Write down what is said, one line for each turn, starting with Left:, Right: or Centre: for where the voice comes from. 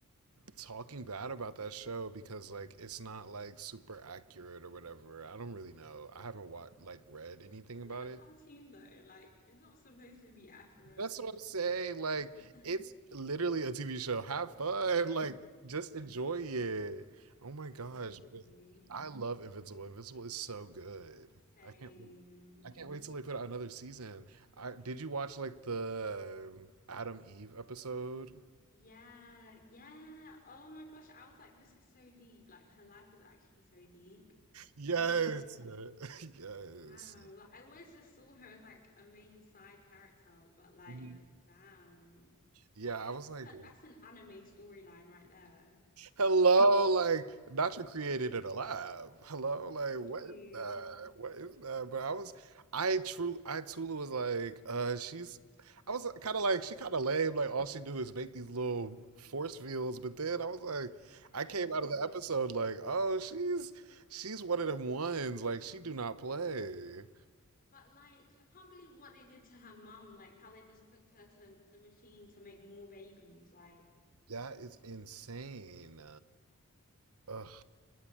Right: talking bad about that show because like it's not like super accurate or whatever. I don't really know. I haven't watched like read anything
Left: isn't
Right: about
Left: it a cartoon
Right: it.
Left: though like it's not supposed to be accurate
Right: That's what I'm saying. Like,
Left: <laughs>
Right: it's literally a TV show. Have fun.
Left: yeah
Right: Like, just enjoy it. Oh my
Left: no
Right: gosh.
Left: definitely
Right: But I love Invincible. Invincible is so good.
Left: same
Right: I can't wait. I can't wait till they put out another season. I did you watch like the um, Adam Eve episode?
Left: Yeah, yeah. Oh my gosh, I was like, this is so deep. Like her life is actually so deep.
Right: Yes.
Left: <laughs> Like,
Right: <laughs> Yes.
Left: damn. Like I always just saw her as like a main side character, but like,
Right: Mhm.
Left: damn.
Right: Yeah, I was
Left: That's
Right: like,
Left: a that's an anime storyline right there.
Right: Hello, like Nacho created it alive. Hello, like
Left: Honestly.
Right: what is that? What is that? But I was, I true, I Tula was like, uh,
Left: And
Right: she's,
Left: then-
Right: I was kind of like, she kind of lame. Like all she do is make these little force fields. But then I was like,
Left: Yeah.
Right: I came out of the episode like, oh, she's, she's one of them ones. Like she do not play.
Left: But like I can't believe what they did to her mum, like how they just hooked her to the machine to make more babies. Like,
Right: That is insane.
Left: yeah.
Right: Ugh.